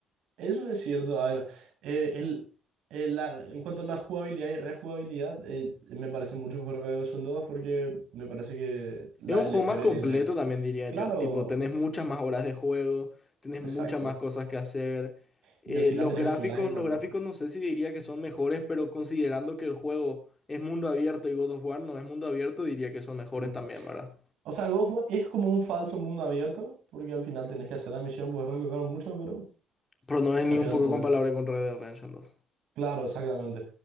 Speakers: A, on the right; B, on the left.
A: Eso es cierto. A ver, eh, el, el- la- en cuanto a la jugabilidad y rejugabilidad, eh, me parece mucho mejor que son 2 porque me parece que la,
B: Es un juego
A: la historia
B: más completo
A: tiene...
B: también diría
A: Claro,
B: yo. Tipo, tenés muchas más horas de juego, tenés
A: exacto.
B: muchas más cosas que hacer. Eh,
A: Y al final
B: los
A: tenés
B: gráficos,
A: el online también.
B: los gráficos no sé si diría que son mejores, pero considerando que el juego es mundo abierto y God of War no es mundo abierto, diría que son mejores
A: Ujú.
B: también, ¿verdad?
A: O sea, Ghost One es como un falso mundo abierto porque al final tenés que hacer la misión, puedes recorrer mucho, pero
B: Pero no es ni
A: al final
B: un poco
A: tenés...
B: comparable con Red Dead Redemption 2.
A: Claro, exactamente.